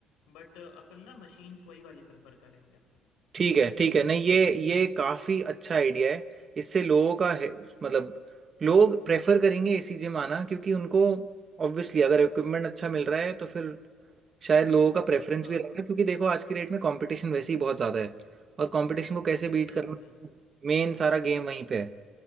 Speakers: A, on the left; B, on the right.
A: बट अपन ना मशीन्स वही वाली प्रेफर करेंगे
B: ठीक है ठीक है नहीं ये ये काफी अच्छा आइडिया है इससे लोगों का है, मतलब लोग प्रेफर करेंगे एसी जिम आना क्योंकि उनको ऑब्वियसली अगर इक्विपमेंट अच्छा मिल रहा है तो फिर शायद लोगों का प्रेफरेंस
A: हाँ
B: भी रहेगा क्योंकि देखो आज की डेट में कंपटीशन वैसे ही बहुत ज़्यादा है और कंपटीशन को कैसे बीट
A: सही
B: करना
A: बात है
B: मेन सारा गेम वहीं पे है